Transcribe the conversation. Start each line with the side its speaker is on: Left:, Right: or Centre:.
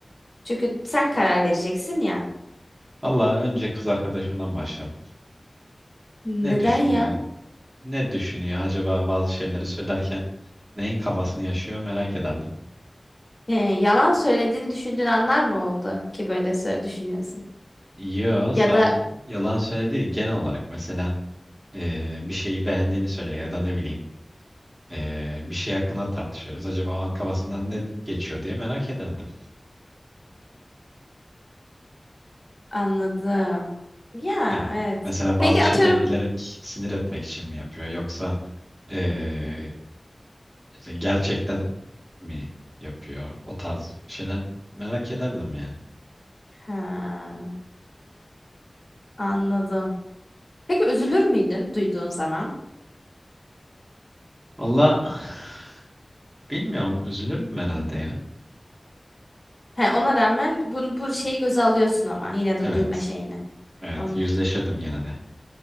Left: Çünkü sen karar vereceksin ya.
Right: Valla önce kız arkadaşımdan başlardım.
Left: Neden
Right: Ne düşünüyor?
Left: ya?
Right: Ne düşünüyor acaba bazı şeyleri söylerken neyin kafasını yaşıyor merak ederdim.
Left: Ee, yalan söylediğini düşündüğün anlar mı oldu ki böyle sö- düşünüyorsun?
Right: Yo, sadece
Left: Ya da
Right: yalan söyle değil genel olarak mesela eee, bir şeyi beğendiğini söyle ya da ne bileyim eee, bir şey hakkında tartışırız. Acaba o an kafasından ne geçiyor diye merak ederdim.
Left: anladım. Ya
Right: Yani
Left: evet.
Right: mesela
Left: Peki
Right: bazı şeyleri
Left: atıyorum
Right: bilerek sinir etmek için mi yapıyor yoksa eee, işte gerçekten mi yapıyor o tarz şeyler merak ederdim yani.
Left: Ha, anladım. Peki üzülür müydün duyduğun zaman?
Right: Valla <sighs> bilmiyorum üzülürdüm herhalde ya.
Left: He, ona rağmen bu, bu şeyi göze alıyorsun ama yine de
Right: Evet.
Left: duyma şeyini.
Right: Evet
Left: Anladım,
Right: yüzleşirdim gene de.